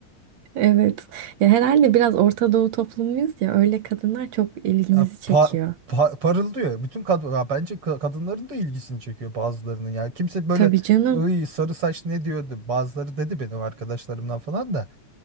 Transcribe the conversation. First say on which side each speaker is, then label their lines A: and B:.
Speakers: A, on the right; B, on the right.
A: Evet. Ya herhalde biraz Orta Doğu toplumuyuz ya öyle kadınlar çok ilgimizi
B: Ya
A: çekiyor.
B: pa- pa- parıldıyor. Bütün kadın ya bence ka- kadınların da ilgisini çekiyor bazılarının ya. Kimse böyle
A: Tabii canım.
B: ıy sarı saç ne diyordu? Bazıları dedi benim arkadaşlarımdan falan da.